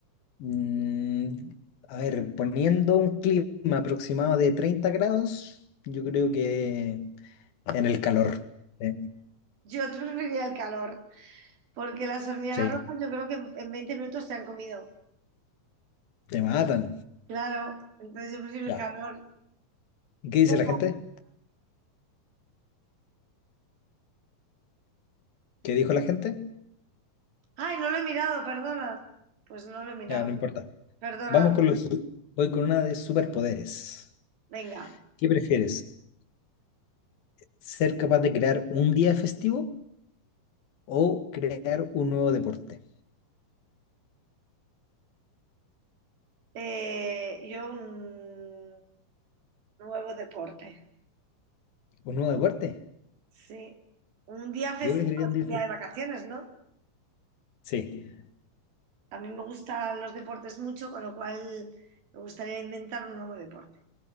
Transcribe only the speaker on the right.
Yo preferiría el calor, porque las hormigas
rojas yo creo que en en 20 minutos te han comido.
Claro, entonces yo prefiero el
calor.
Da
igual.
Ay, no lo he mirado, perdona. Pues no lo he mirado.
Perdona.
Venga,
Eh, yo un nuevo deporte.
Sí. Un día festivo
es
un
día de vacaciones, ¿no?
A mí me gustan los deportes mucho, con lo cual me gustaría inventar un nuevo deporte.